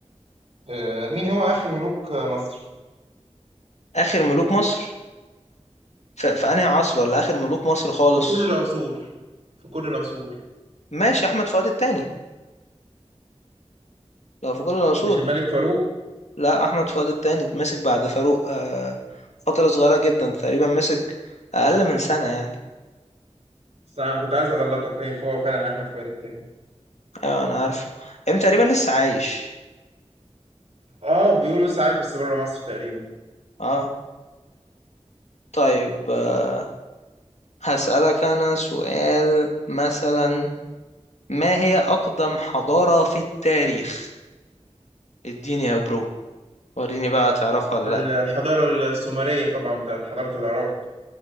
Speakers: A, on the right; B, on the left.
A: آه، مين هو آخر ملوك مصر
B: آخر ملوك مصر في, في أنهي عصر ولا آخر ملوك مصر خالص
A: في كل العصور في كل العصور
B: ماشي أحمد فؤاد التاني لو في كل العصور
A: مش الملك فاروق
B: لا أحمد فؤاد التاني اتمسك بعد فاروق آه فترة صغيرة جدا تقريبا مسك أقل من سنة يعني
A: بس أنا كنت عايز أغلطك هي هو فعلا أحمد فؤاد التاني
B: ايوه انا عارف ام تقريبا لسه عايش
A: آه بيقولوا لسه عايش بس بره مصر تقريبا
B: اه طيب آه، هسألك انا سؤال مثلا ما هي اقدم حضارة في التاريخ اديني يا برو وريني بقى تعرفها ولا
A: ال-
B: لا دي
A: الحضارة السومرية طبعا بتاعت حضارة العراق